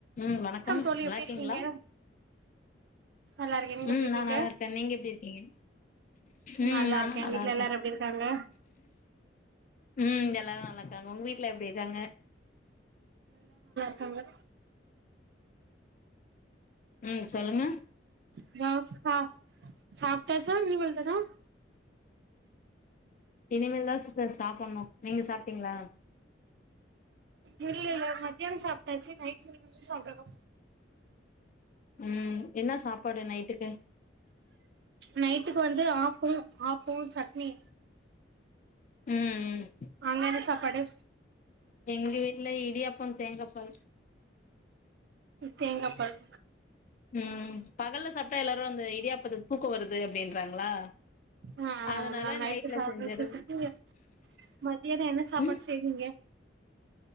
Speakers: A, on the left; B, on the right.
A: ம் வணக்கம்
B: தோழி
A: நல்லாருக்கீங்ளா?
B: எப்டி இருக்கீங்க நல்லா இருக்கே நீங்க
A: ம்
B: எப்டி இருக்கீங்க
A: நா நல்லாருக்கே நீங்க எப்டி இருக்கீங்க ம்
B: நல்லா
A: நானு
B: இருக்கே
A: நல்லாருக்கே
B: வீட்ல எல்லாரு எப்டி இருக்காங்க
A: ம் எல்லாரு நல்லாருக்காங்க ஒங்க வீட் ல எப்டி இருக்காங்க?
B: ககாங்க
A: ம் சொல்லுங்க
B: <unintelligible> சாப்டாச்சா இனிமேல் தானா
A: இனிமேல் தா சிஸ்டர் சாப்புண்ணு நீங்க சாப்டீங்ளா?
B: இல்லெல்ல மத்தியான சாப்டாச்சு நைட்டு இனிமெ சாப்டனு
A: ம் என்ன சாப்பாடு நைட்டுக்கு?
B: நைட்டுக்கு வந்து ஆப்பொ ஆப்பொ சட்னி
A: ம் ம்
B: அங்க என சாப்பாடு?
A: எங்க வீட்ல இடியாப்பம் தேங்காப்பால்
B: தேங்காபால்
A: ம் பகல்ல சாப்டா எல்லாரு அந்த இடியாப்பத்துக் தூக்கொ வருது அப்டின்றாங்களா
B: ஆ
A: அதனால
B: அதுனால நைட்டு
A: நைட்ல
B: சாப்ட
A: செஞ்சறது
B: வச்சு வச்சுருக்கீங்க மதியான என்ன சாப்பாடு
A: ம்
B: செய்வீங்க?